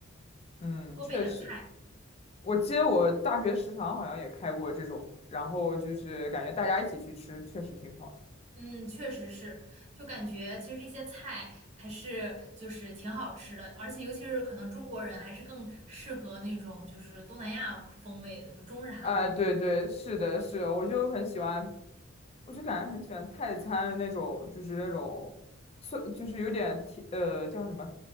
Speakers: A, on the left; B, on the right.
A: 嗯，
B: 多备点儿菜。
A: 确实。我记得我大学食堂好像也开过这种，然后就是感觉大家一起去吃，确实挺好的。
B: 嗯，确实是，就感觉其实这些菜还是就是挺好吃的，而且尤其是可能中国人还是更适合那种就是东南亚风味的，就中日韩。
A: 哎，对对，是的，是的我就很喜欢，我就感觉很喜欢泰餐的那种，就是那种酸，就是有点甜，呃，叫什么，